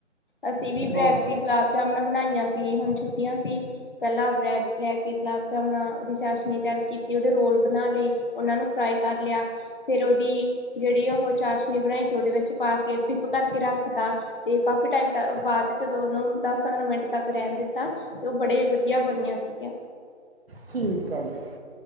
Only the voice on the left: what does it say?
ਅਸੀਂ ਵੀ ਬ੍ਰੈਡ
ਦੀ ਗੁਲਾਬ ਜਾਮਨਾ ਬਣਾਈਆਂ ਸੀ ਹੁਣ ਛੁੱਟੀਆ ਸੀ। ਪੈਲਾਂ ਬ੍ਰੈਡ ਲੈ ਕੇ ਗੁਲਾਬ ਜਾਮਨਾ ਉਦੀ ਚਾਸ਼ਨੀ ਤਿਆਰ ਕੀਤੀ ਉਹਦੇ ਰੋਲ ਬਣਾ ਲਏ। ਉਹਨਾ ਨੂੰ ਫਰਾਈ ਕਰ ਲਿਆ ਫੇਰ ਔਦੀ ਜੇੜੀ ਉਹ ਚਾਸ਼ਨੀ ਬਣਾਈ ਸੀ ਉਹਦੇ ਵਿੱਚ ਪਾ ਕੇ ਡਿੱ ਪ ਕਰਕੇ ਰੱਖ ਤ ਤੇ ਕਾਫੀ ਟਾਈਮ ਤ ਬਾਦ ਜਦੋਂ ਉਹਨੂੰ ਦਸ ਪੰਦਰਾਂ ਮਿੰਟ ਤੱਕ ਰਹਿਣ ਦਿੱਤਾ। ਤੇ ਉਹ ਬੜੇ ਵਧੀਆ ਬਣਿਆ ਸੀਗੀਆ।